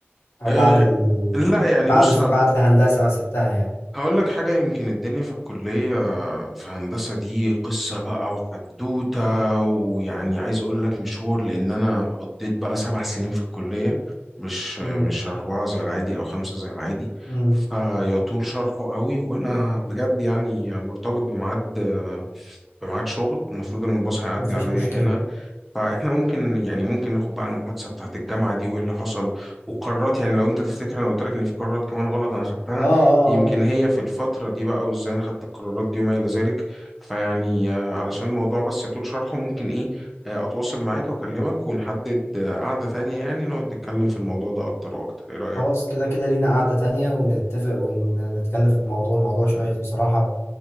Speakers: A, on the left; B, in the centre.
A: او
B: أه
A: بعد ال...
B: لا يعني
A: بعد
B: بص
A: بعد هندسة ما سبتها يعني
B: هقول لك حاجة يمكن الدنيا في الكلية في هندسة دي قصة بقى وحدوتة ويعني عايز أقول لك مشوار لأن أنا قضيت بقى سبع سنين في الكلية مش مش
A: امم
B: أربعة زي العادي أو خمسة زي العادي
A: امم
B: فيطول شرحه قوي وأنا بجد يعني مرتبط بميعاد بميعاد شغل المفروض إن الباص هيعدي
A: مفيش
B: عليا
A: مشكلة
B: هنا فاحنا ممكن يعني ممكن ناخد بقى المحادثه بتاعت الجامعه دي وايه اللي حصل وقرارات يعني لو انت تفتكر انا قلت لك ان في قرارات كمان غلط انا خدتها
A: اه اه
B: يمكن
A: اه
B: هي في الفتره دي بقى وازاي انا خدت القرارات دي وما الى ذلك فيعني آه، علشان الموضوع بس يطول شرحه ممكن ايه آه، اتواصل معاك واكلمك ونحدد آه، قعده ثانيه يعني نقعد نتكلم في الموضوع ده اكتر واكتر ايه رايك
A: خلاص كده كده لينا قعدة تانية ونتفق ونتكلم في الموضوع موضوع شيق بصراحة